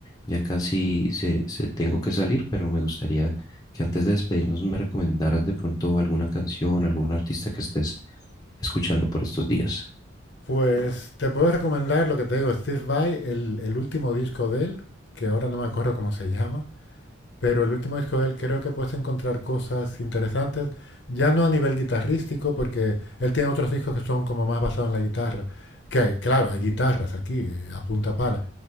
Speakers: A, on the left; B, on the left.
A: ya casi se, se tengo que salir, pero me gustaría que antes de despedirnos me recomendaras de pronto alguna canción, algún artista que estés escuchando por estos días.
B: Pues te puedo recomendar lo que te digo, Steve Vai, el, el último disco de él, que ahora no me acuerdo cómo se llama, pero el último disco de él creo que puedes encontrar cosas interesantes, ya no a nivel guitarrístico, porque él tiene otros discos que son como más basados en la guitarra, que hay, claro, hay guitarras aquí, eh, a punta pala,